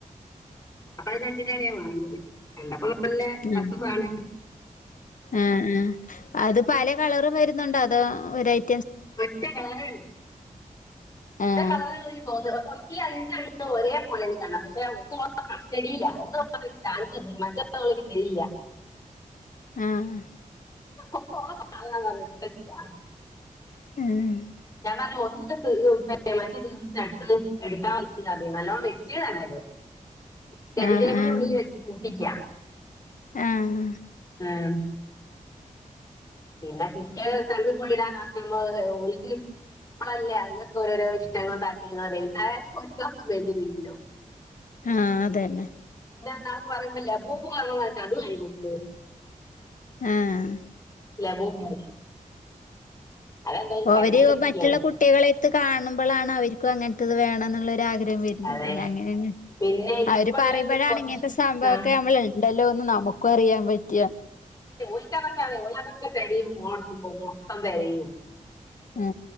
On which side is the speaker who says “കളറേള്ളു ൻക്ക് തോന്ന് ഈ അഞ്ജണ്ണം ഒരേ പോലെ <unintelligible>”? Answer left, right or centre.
Left